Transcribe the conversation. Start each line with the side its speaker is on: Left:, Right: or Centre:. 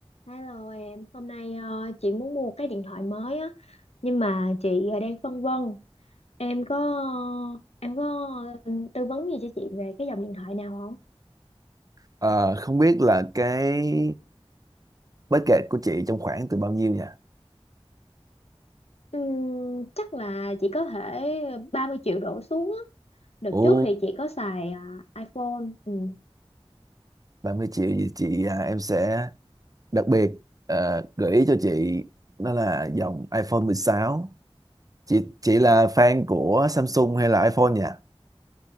Left: Hello em, hôm nay ờ, chị muốn mua cái điện thoại mới á, nhưng mà chị ờ, đang phân vân. Em có ờ, em có ờ, tư vấn gì cho chị về cái dòng điện thoại nào không?
Right: Ờ, không biết là cái budget của chị trong khoảng từ bao nhiêu nhỉ?
Left: Ừm, chắc là chị có thể 30 triệu đổ xuống á. Đợt
Right: Ồ,
Left: trước thì chị có xài à, iPhone. Ừm.
Right: 30 triệu thì chị à, em sẽ đặc biệt ờ, gợi ý cho chị đó là dòng iPhone 16. Chị chị là fan của Samsung hay là iPhone nhỉ?